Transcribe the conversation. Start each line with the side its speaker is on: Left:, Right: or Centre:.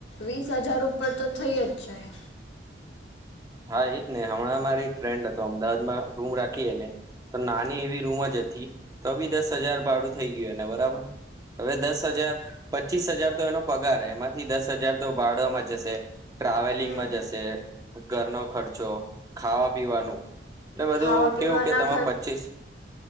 Left: વીસ હજાર ઉપર તો થઈ જ જાય.
Right: હા એજ ને હમણાં મારે એક ફ્રેન્ડ હતો અમદાવાદમાં રૂમ રાખી એને તો નાની એવી રૂમ જ હતી તો બી દસ હજાર ભાડું થઈ ગ્યું એને બરાબર. હવે દસ હજાર પચ્ચીસ હજાર તો એનો પગાર હે એમાંથી દસ હજાર તો ભાડામાં જશે. ટ્રાવેલિંગમાં
Left: હમ
Right: જશે. ઘરનો ખર્ચો ખાવા પીવાનું અને બધું
Left: ખાવા
Right: કેવું
Left: પીવાના
Right: કે <unintelligible> પચ્ચીસ